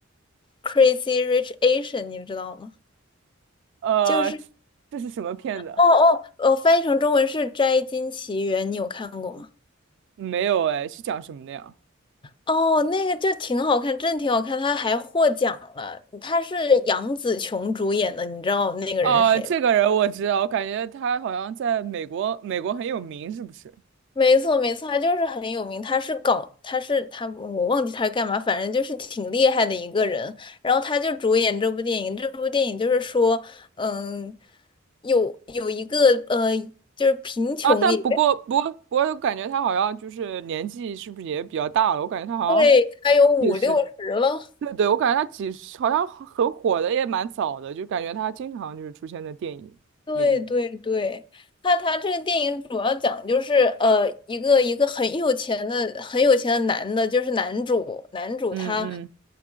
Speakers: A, on the left (about 25°); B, on the right (about 60°).
A: 《Crazy Rich Asian》，你知道吗？
B: 呃，
A: 就是
B: 这是什么片子啊？
A: 哦哦呃，翻译成中文是《摘金奇缘》，你有看过吗？
B: 没有哎，是讲什么的呀？
A: 哦，那个就挺好看，真的挺好看，他还获奖了。他是杨紫琼主演的，你知道那个人是谁吧？
B: 哦、这个人我知道，我感觉他好像在美国，美国很有名，是不是？
A: 没错，没错，他就是很有名，他是搞，他是他，我忘记他是干嘛，反正就是挺厉害的一个人。然后他就主演这部电影，这部电影就是说，嗯，有有一个呃，就是贫穷也
B: 啊，但不过，不过，不过，我感觉他好像就是年纪是不是也比较大了？我感觉他好像
A: 对，他有五六十了，
B: 也是，对对，我感觉他几十好像很很火的也蛮早的，就感觉他经常就是出现在电影领域。
A: 对对对，他他这个电影主要讲就是呃一个一个很有钱的很有钱的男的，就是男主男主他
B: 嗯嗯，